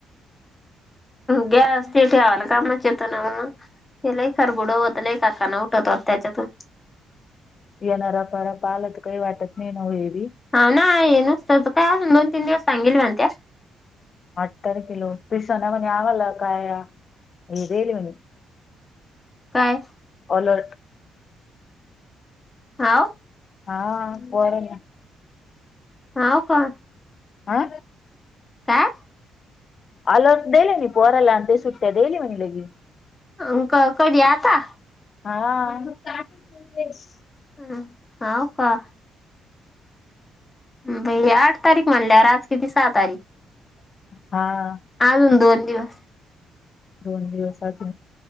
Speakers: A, on the left (about 20°); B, on the left (about 45°).
A: ग्या अस ते तेे आवाला कामचेेतो नाव हे लेख बुडवत लेखाखाना उठत हो त्याच्यातून
B: येणार पार प आला तर काही वाटत नाही न ये
A: हा ना ये नसतच काय अजून दोन तीन दिवस सांगेल म्हणत्या
B: अठतर किलो पिसाना म्हणे आवाला काय हे देली म्हणे
A: काय
B: अलट
A: हा
B: हा को ना
A: हाव का
B: आा
A: काय
B: आलो दले म परला अंत सु्ट्याय देईलली मणी लग
A: अं क कधी आता
B: हा कास
A: हम हाव का बै आठ तारीख म्हणल्या आज कितीस सहा तारीख
B: हा
A: अजून दोन दिवस
B: दोन दिवसात